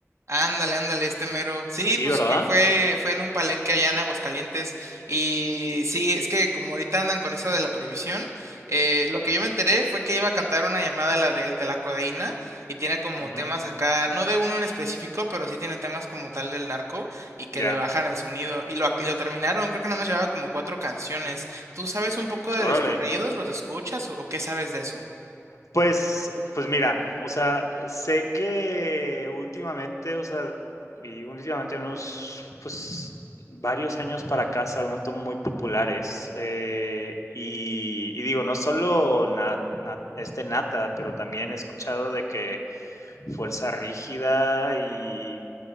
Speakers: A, on the right (about 65°); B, on the left (about 85°).
A: Ándale, ándale, este mero. Sí,
B: Sí,
A: pues
B: ¿verdad?
A: que fue, fue en un palenque allá en Aguascalientes. Y sí, es que como ahorita andan con eso de la prohibición, eh, lo que yo me enteré fue que iba a cantar una llamada la del de la codeína, y tiene como
B: Ujú,
A: temas acá, no de uno en específico, pero sí tiene temas como tal del narco y que
B: Ya.
A: le bajan el sonido. Y lo, ac- y lo terminaron, creo que nada más llevaba como cuatro canciones. ¿Tú sabes un poco de
B: Órale.
A: los corridos? ¿Los escuchas o o qué sabes de eso?
B: Pues pues mira, o sea, sé que últimamente, o sea, y últimamente unos, pues, varios años para acá se han vuelto muy populares. eh, y, y digo, no solo na- na- este Nata, pero también he escuchado de que Fuerza Rígida y